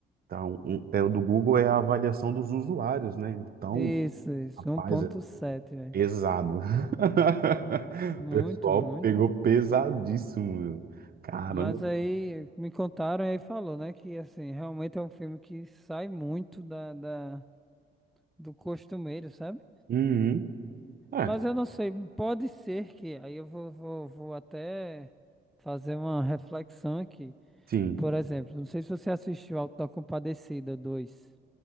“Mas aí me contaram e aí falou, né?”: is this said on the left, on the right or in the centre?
Centre